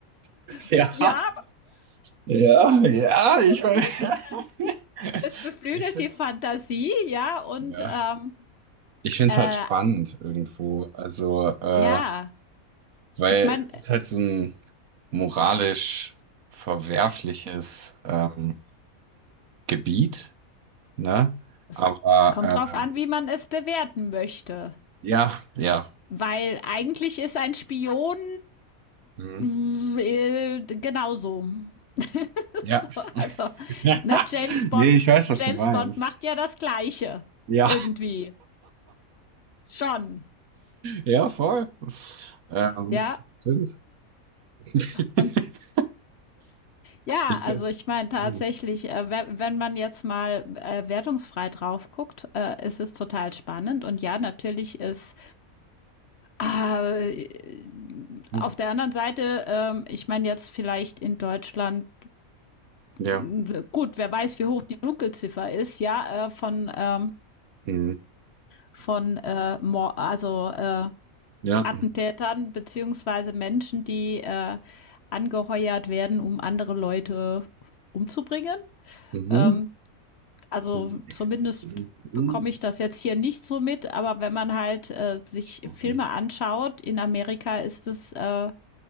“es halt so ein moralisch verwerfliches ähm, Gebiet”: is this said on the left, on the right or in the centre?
Right